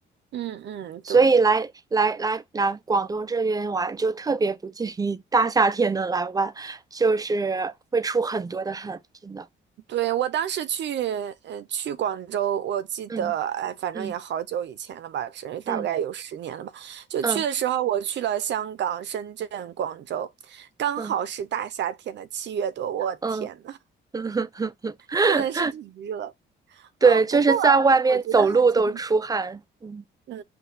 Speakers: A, on the right; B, on the right.
A: 嗯嗯，
B: 所以来来来南广东这边玩就特别不建议大夏天的来玩，
A: 对。
B: 就是会出很多的汗，真的，
A: 对，我当时去，呃，去广州，我记得，
B: 嗯
A: 哎，反正也好久以前了吧，
B: 嗯
A: 是大概有十年了吧。
B: 嗯
A: 就去的时候，
B: 嗯
A: 我去了香港、深圳、广州，刚好是大夏天的七月多，
B: 嗯
A: 我天呐，
B: 嗯嗯。嗯
A: 真的是挺热。
B: <laughs> 对，
A: 嗯、
B: 就是在外面走路都出汗。
A: 不过我觉得还挺，
B: 嗯，
A: 嗯